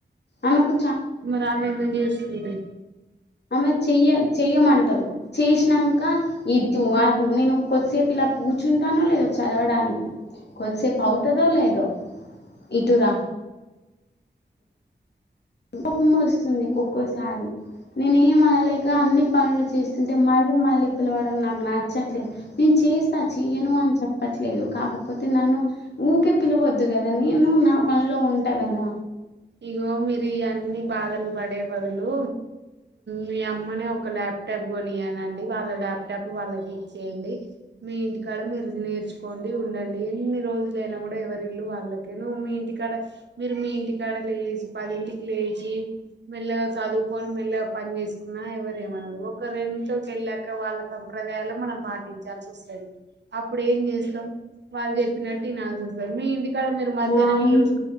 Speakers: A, on the left (about 65°); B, on the right (about 70°).
A: ఆమకు
B: మరి ఆమె ఎందుకు చేస్తుంది
A: ఆమె చెయ్య చెయ్యమంటారు చేసినాక ఇటు అటు నేను కొద్దిసేపు ఇలా ఇలా కూర్చుంటానో లేదో చదవడానికి కొద్దిసేపు అవుతదో లేదో ఇటురా కోపం వస్తుంది ఒకసారే నేను ఏమనలేక అన్ని పనులు చేస్తుంటే మళ్ళీ మళ్ళీ పిలవడం నాకు నచ్చట్లేదు నేను చేస్తా చెయ్యను అని చెప్పట్లేదు కాకపోతే నన్ను ఊకే పిలవద్దు కదా నేను నా పనిలో ఉంటా కదా
B: ఇగో మీరు అన్ని బాధలు పడే బదులు మీ అమ్మనే ఒక ల్యాప్టాప్ కొనియానండి వాళ్ళ ల్యాప్టాప్ లచ్చేయండి మీ ఇంటికాడ మరు నేర్చుకో ఉండండి ఎన్ని రోజులైనా కూడా ఎవరి ఇల్లు వాళ్ళకే నువ్వు మీ ఇంటికి డ మీరు మీ ఇంటికాడ లేచి పది ఇంటికి లేచి మెల్లగా చదువుకొని మెల్ల పని చేసుకున్నా ఎవరేమన్నారు ఒకరీ ఇంట్లోకి వెళ్ళాక వాళ్ళ సంప్రదాయాాల మనం పాటించాల్సి వస్తుంది అప్పుడు ఏం చేస్తాం వాళ్ళు చెప్పినట్టు ఇనాల్సి వస్తుంది మీ ఇంటికాడ మీరు మధ్యాహ్నం
A: మా అమ్మ
B: ఇల్లుూరు